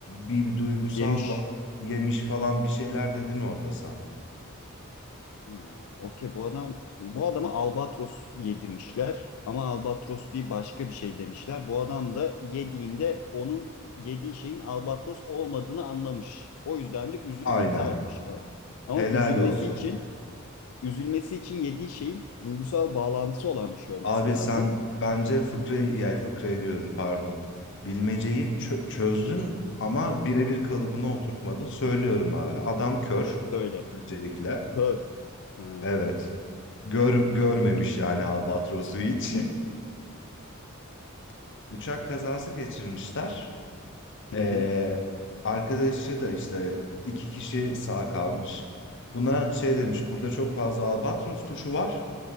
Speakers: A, on the left; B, on the left.
A: bir duygusal
B: Yemiş.
A: bağ yemiş falan bir şeyler dedin orada sen.
B: Hmm, Okey bu adam bu adama albatros yedirmişler ama albatros değil başka bir şey demişler. Bu adam da yediğinde onun yediği şeyin albatros olmadığını anlamış. O yüzden de üzülüp
A: Aynen.
B: intihar etmiş. A- Ama
A: Helal
B: üzülmesi
A: olsun.
B: için üzülmesi için yediği şeyin duygusal bağlantısı olan bir şey olması
A: Abi
B: lazım.
A: sen bence fıkrayı, yani fıkrayı diyorum pardon. Bilmeceyi çö- çözdün ama birebir kalıbına oturtmadın. Söylüyorum abi. Adam kör
B: Söyle.
A: öncelikle.
B: Kör. Ha,
A: Evet. Gör, görmemiş
B: okey.
A: yani albatrosu hiç. <laughs> Uçak kazası geçirmişler.
B: Hı
A: Ee,
B: hı.
A: arkadaşı da işte iki kişi sağ kalmış. Buna şey demiş, burada çok fazla albatros kuşu var.